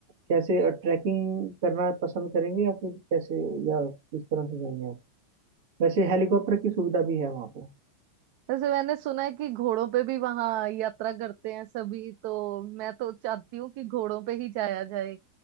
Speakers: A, on the right; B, on the right.
A: कैसे ट्रैकिंग करना पसंद करेंगे या फिर कैसे या किस तरह से जाएंगे आप वैसे हेलीकॉप्टर
B: हम्म,
A: की सुविधा भी है वहाँ पे
B: वैसे मैंने सुना है कि घोड़ों पे भी वहां यात्रा करते हैं सभी तो मैं तो चाहती हूँ कि घोड़ों पे ही जाया जाए